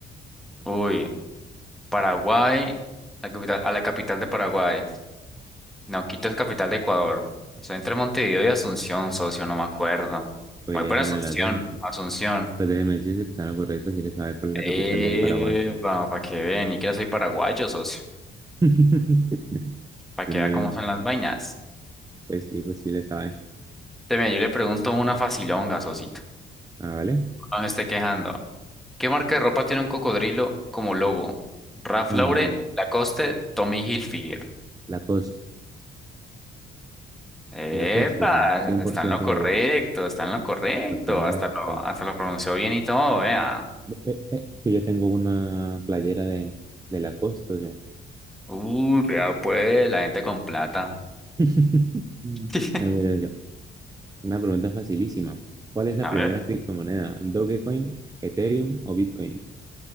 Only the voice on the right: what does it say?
Pues
elija
una de las dos. socio.
Pues déjeme decirle que está lo correcto si le sabe cuál es la
capital de Paraguay.
<laughs>
No,
Pues sí, pues sí le sabe.
Ah, ¿vale?
Mm,
Lacoste,
Lacoste, o sea, cien por
ciento
seguro.
Para que veas,
o
sea,
no, eh, eh, yo tengo una playera de, de Lacoste, o sea.
<laughs>
Ah, mira, yo, Una pregunta facilísima. ¿Cuál es la
primera
criptomoneda? ¿Dogecoin, Ethereum o Bitcoin?